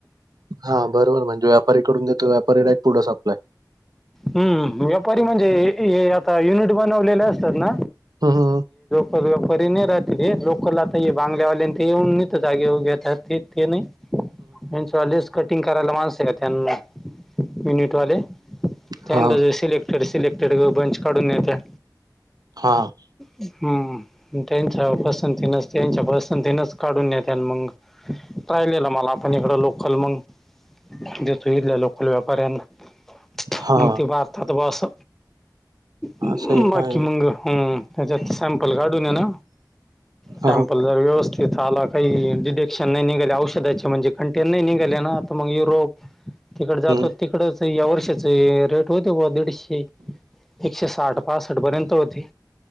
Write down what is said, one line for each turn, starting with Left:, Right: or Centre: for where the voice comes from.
Right: हा बर. व्यापारीकडून घेतो. व्यापारीला एक पुढं सप्लाय.
Centre: हम्म व्यापारी म्हणजे आता युनिट बनवलेले असतात ना.
Right: हा हा.
Centre: परी नाही राहतील हे. लोकला आता हे, बांगल्या आल्या आणि ते येऊन नाही तर जागेऊ घेेतात ते ते नाही. यांच्या वालेच कटिंग करायला माणस येत्यांना युनिटवाले. त्या
Right: हा
Centre: सिलेक्टेड सिलेक्टेड बंच काढून नेत्या.
Right: हा
Centre: हम्म. त्यांच्या पसंतीनच त्यांच्या पसंतीनच काढून नेत मग राहिलेलं मला आपण इकडं लोकल मग देतो. इधल्या लोकल व्यापाऱ्यांना.
Right: हा,
Centre: मग ते भारतात बस बाकी
Right: असं आहे काय
Centre: मंग ह त्याच्यात सॅम्पल काढून ये ना. सॅमपल
Right: हा हा
Centre: जर व्यवस्थित. तिथं आला काही डडेक्शन नाही निघाले औषधाचे म्हणजे कंटेन नाही निघ ना आता मग युरोप तिकड जातो
Right: हम्म,
Centre: तिकडच या वर्षाच रेट होते दीडशे एकशे साठ पासष्ट पर्यंत होती.